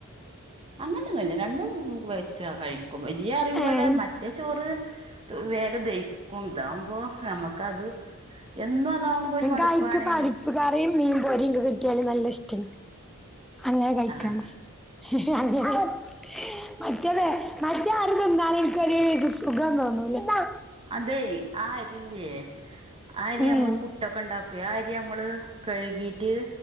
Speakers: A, on the right (about 25°); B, in the centre.
A: അങ്ങനൊന്നുല്ല രണ്ടും വെച്ചാ കഴിക്കും ഈയ്യറിം പോലെ
B: ഏ ഉം
A: മറ്റേ ചോറ് ത് വേഗം ദെയി ക്കും താവുമ്പോ നമ്മക്കത് എന്നും അതാവുമ്പോ ഒര്
B: എനിക്ക്
A: മട്പ്പാണേനും
B: അയിക്ക് <unintelligible> മീൻ പോരിക്കെ കിട്ട്യാല് നല്ലെ ഇഷ്ട്ടാ ഇൻക്ക് അങ്ങെനെ കഴിക്കാന്
A: ആ
B: അ <unintelligible> മറ്റെതേ മറ്റേ അരി തിന്നാല് ൻക്കൊര് സുഖം തോന്നൂലാ
A: അതേ ആ അരില്ല്യേ ആ അരി
B: ഉം
A: ഞമ്മള് പു ട്ടൊക്കെണ്ടാക്കെ ആ അരി ഞമ്മള് കഴ്കീറ്റ്